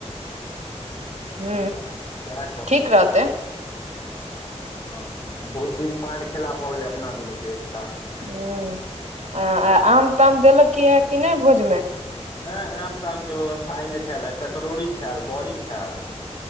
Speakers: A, on the right; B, on the left.
A: हू
B: हँ सएह
A: ठीक रहतेै
B: ह बहुत दिन पान खेला भऽ गेलै अपना दुनू के एकटा
A: ह आ आ आम ताम देलक की हए कि नहि भोजमे
B: ह आम तामके व्यवस्था आय नहि छल आ सकरौरी छल बड़ी छल